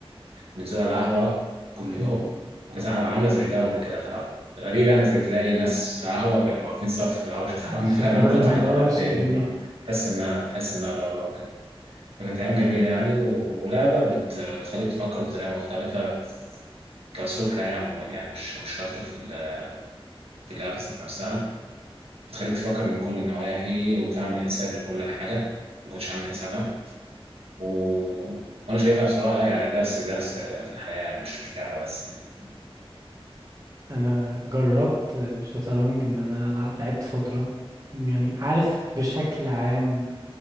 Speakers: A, on the right; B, on the right.
A: نزول على القهوة كل يوم
B: مم،
A: وكانت عاملة زي دوري كده في القهوة غريب يعني كنت تلاقي ناس في قهوة بيبقوا واقفين صف أو شطرنج
B: الشطرنج
A: فاهم أنت واحد
B: اه
A: ورا التاني
B: شيء غريب
A: آه، تحس إنها تحس إنها دورة وكده فكانت أيام جميلة يعني و- ولعبة بت... بتخليك تفكر بطريقة مختلفة كأسلوب حياة عموما يعني مش مش شرط في ال- في اللعبة ذات نفسها بتخليك تفكر من كل النواحي وتعمل حساب لكل حاجة ما كنتش عامل حسابها و... وأنا شايفها بصراحة يعني درس درس في الحياة يعني مش مش لعبة بس يعني
B: انا جربت شطرنج ان انا العب لعبت فترة ويعني عارف بشكل عام